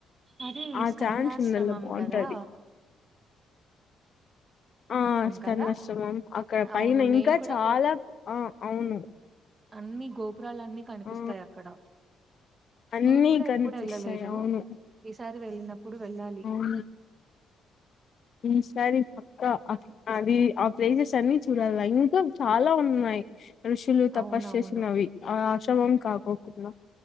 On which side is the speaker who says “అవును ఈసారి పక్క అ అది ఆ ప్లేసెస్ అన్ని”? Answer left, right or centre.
Left